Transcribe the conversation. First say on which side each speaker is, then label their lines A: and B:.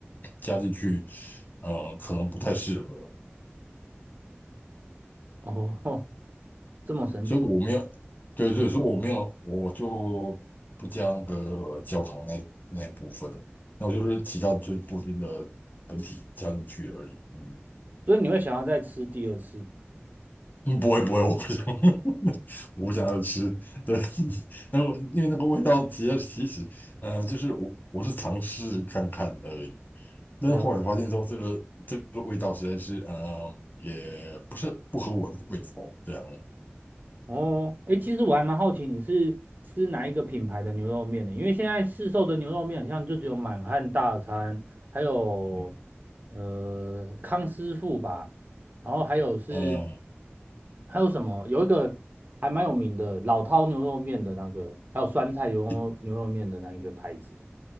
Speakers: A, on the left (about 40°); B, on the right (about 40°).
A: 加进去，呃，可能不太适合，
B: 哦，<laughs> 这么神奇，
A: 所以我没有，对对，所以我没有，我就不加那个焦糖那那一部分，那我就是其他就是布丁的本体加进去而已，嗯。
B: 所以你会想要再吃第二次吗？
A: 嗯不会不会，我不想，<laughs> 我不想要吃。对，<laughs> 那我因为那个味道其实其实，嗯、呃就是我我是尝试看看而已，但是后来发现说这个这个味道实在是呃也不是不合我的胃口这样。
B: 了解。哦，哎，其实我还蛮好奇你是吃哪一个品牌的牛肉面的，因为现在市售的牛肉面好像就只有满汉大餐，还有
A: 嗯
B: 呃康师傅吧，然后还有是
A: 呃
B: 还有什么，有一个还蛮有名的老饕牛肉面的那个，还有酸菜牛肉牛肉面的那一个牌子，
A: 一